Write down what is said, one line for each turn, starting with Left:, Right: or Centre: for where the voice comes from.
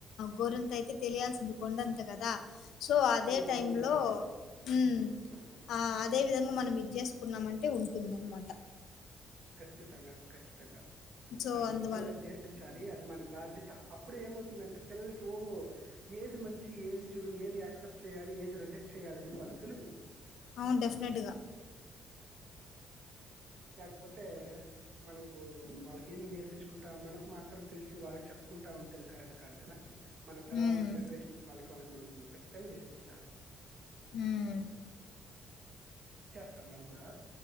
Left: గోరంత అయితే తెలియాల్సింది కొండ డంత కదా సో అదే
Right: అవును
Left: టైమ్
Right: అవును కరెక్టే
Left: లో ఉమ్
Right: ఆ,
Left: అ అదే విధంగా మనం ఇది చేసుకున్నామంటే ఉంటుంద అనమాట
Right: ఖచ్చితంగా ఖచ్చితంగా
Left: సో
Right: అది
Left: అందువల్ల
Right: మన పిల్లలకి నేర్పించాలి అది మన బాధ్య త అప్పుడు ఏమవుతుందంటే పిల్లలకి ఓహో ఏది మంచి ఏది చెడు ఏది యాక్సెప్ట్ చేయాలి ఏది రిజెక్ట్ చేయాలనేది వాళ్ళకి తెలుస్తుంది
Left: అవున్ డెఫినెట్గా
Right: లేక్పోతే మనకు వాళ్ళకేమి నేర్పించుకుంటా మనకు మాత్రం తెలిసి వాళ్ళకి చెప్పుకుంటా ఉంటే అది కరెక్ట్ కాదు కదా మన తర్వాత
Left: హ్మ్.
Right: జనరేషన్స్ వాళ్ళకి వాళ్ళకి మనము ఖచ్చితంగా నేర్పించాలె
Left: ఊమ్
Right: ఇచ్చేస్తాం అది కూడా